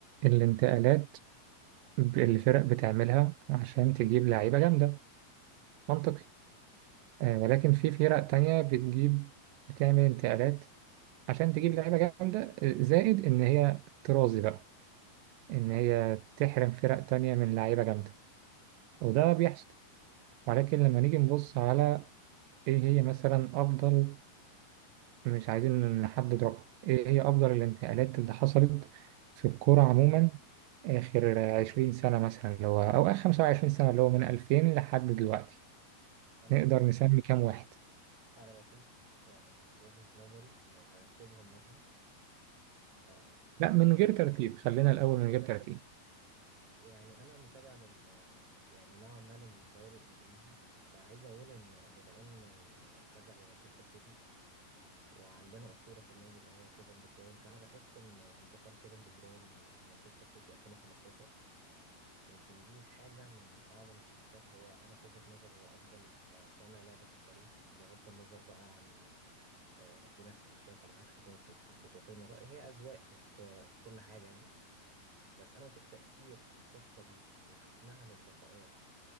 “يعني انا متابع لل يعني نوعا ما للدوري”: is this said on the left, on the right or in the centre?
Right